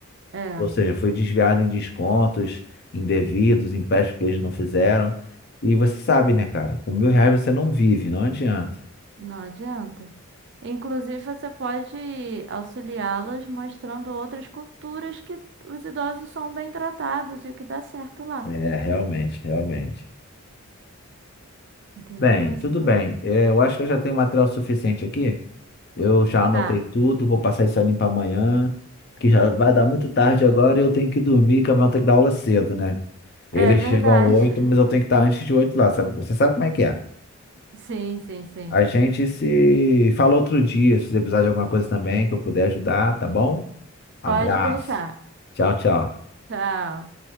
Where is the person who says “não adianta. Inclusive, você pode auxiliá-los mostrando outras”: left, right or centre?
Right